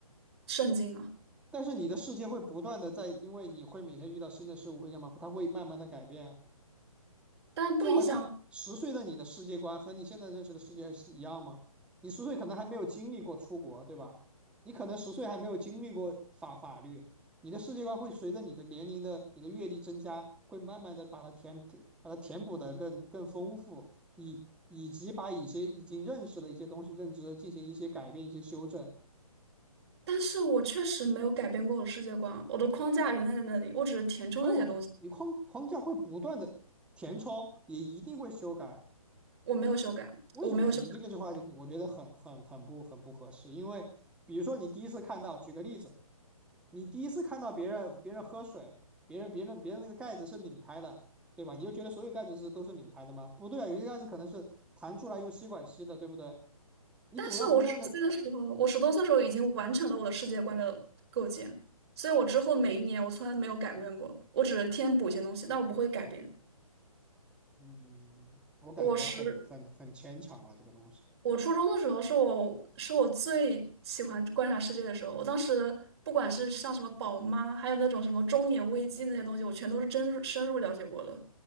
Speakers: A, on the right (about 45°); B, in the centre.
A: 圣经啊，
B: 但是你的世界会不断的在，因为你会每天遇到新的事物，会干嘛？它会慢慢的改变啊。
A: 但不影响。
B: 就好像十岁的你的世界观和你现在认识的世界是一样吗？你十岁可能还没有经历过出国，对吧？你可能十岁还没有经历过法法律，你的世界观会随着你的年龄的、你的阅历增加，会慢慢的把它填把它填补的更更丰富，以以及把一些已经认识的一些东西认知进行一些改变、一些修正。
A: 但是我确实没有改变过我的世界观啊，我的框架仍然在那里，我只是填充了一些东西，
B: 没有啊，你框框架会不断的填充，也一定会修改啊。
A: 我没有修改，
B: 为什么你这个句话就我觉得很很很不很不合适？
A: 我没有修改。
B: 因为比如说你第一次看到，举个例子，你第一次看到别人别人喝水，别人别人别人那个盖子是拧开的，对吧？你就觉得所有盖子是都是拧开的吗？不对啊，有些盖子可能是弹出来用吸管吸的，对不对？你总要不断的，
A: 但是我十岁的时候，我十多岁的时候已经完成了我的世界观的构建，所以我之后每一年我从来没有改变过，我只是添补一些东西，但我不会改变。
B: 嗯，我感觉很很很牵强啊，
A: 我十
B: 这个东西，
A: 我初中的时候是我是我最喜欢观察世界的时候。我当时不管是像什么宝妈，还有那种什么中年危机那些东西，我全都是真入深入了解过的，